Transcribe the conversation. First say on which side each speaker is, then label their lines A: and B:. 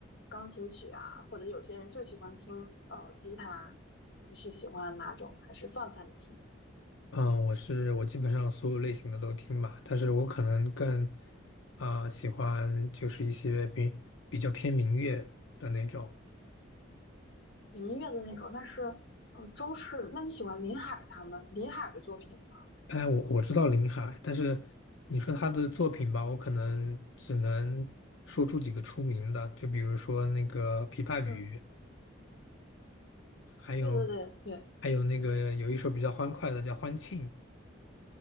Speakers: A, on the left (about 60°); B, on the left (about 85°).
A: 钢琴曲啊？或者有些人就喜欢听呃吉他，你是喜欢哪种？还是泛泛的听
B: 嗯，我是我基本上所有类型的都听吧，但是我可能更啊、喜欢就是一些比比较偏民乐的那种。
A: 民乐的那种？那是呃中式。那你喜欢林海他们林海的作品吗？
B: 哎，我我知道林海，但是你说他的作品吧，
A: 嗯
B: 我可能只能说出几个出名的，就比如说那个《琵琶语》，
A: 嗯，
B: 还有
A: 对对对对。
B: 还有那个有一首比较欢快的叫《欢庆》，